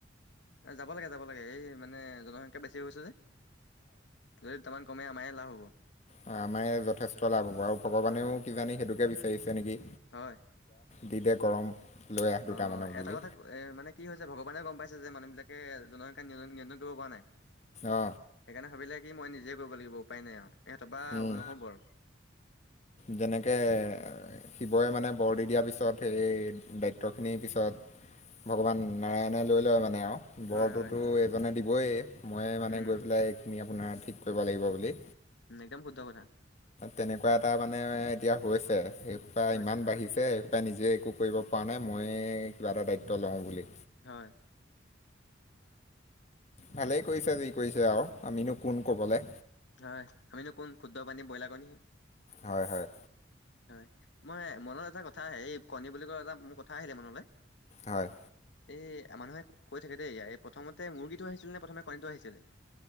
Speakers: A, on the left; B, on the left.
A: যাব লাগে, যাব লাগে, এই মানে জন সংখ্যা বেছি হৈছে যে যদি তামান কমে। মায় লাভ হ'ব।
B: অ আমাৰ যথেষ্ট লাভ হব আৰু ভগৱানেও
A: হয় হয়
B: কিজানি সেইটোকে বিচাৰিছে নেকি?
A: হয়।
B: যিহে গৰম। লৈ আহ দুটামানক
A: অ এটা
B: বুলি
A: কথা এ মানে কি হৈছে ভগ ৱা গম পাইছে যে মানুহ বিলাকে জনসংখ্যা নিয় নিয়ন্ত্ৰণ কৰিব পৰা নাই
B: অ
A: সেইকাৰণে ভাবিলে। কি মই নিজে কৰিব লাগিব উপায় নাই আৰু ইহঁতৰ বা
B: উম
A: নহ'ব আৰু।
B: যেনেকে শিৱৰে মানে বৰ দি দিয়াৰ পিছত সেই দায়িত্বখিনিৰ পিছত ভগৱান নাৰায়ণে লৈ লয় মানে মানে আৰু
A: হয়
B: বৰটোতো
A: হয়
B: এইজনে দিবই মই মানে
A: উম
B: গৈ পেলাই এইখিনি আপোনাৰ। ঠিক কৰিব লাগিব বুলি।
A: একদম শুদ্ধ কথা।
B: তেনেকুৱা এটা মানে এতিয়া হৈছে সেইপা
A: হৈছে
B: ইমান
A: হয়
B: বাঢ়িছে
A: হয়
B: সেইপাই নিজে একো। কৰিব পৰা নাই ময় কিবা এটা দায়িত্ব লওঁ বুলি।
A: হয়
B: ভালেই কৈছো যি কৰিছে আৰু আমিনো কোন কবলে।
A: হয় আমিনো কোন ক্ষুদ্ৰ পানী ব্ৰইলাৰ কণিহে।
B: হয় হয়
A: হয় মই মনত এটা কথা আহে এই কণী বুলি ক'লে এটা মোৰ কথা আহিলে মনলৈ।
B: হয়
A: এ মানুহে কৈ থাকে দেই এই প্ৰথমতে মুৰ্গীটো আহিছিলে নে প্ৰথমে কণীটো আহিছিলে।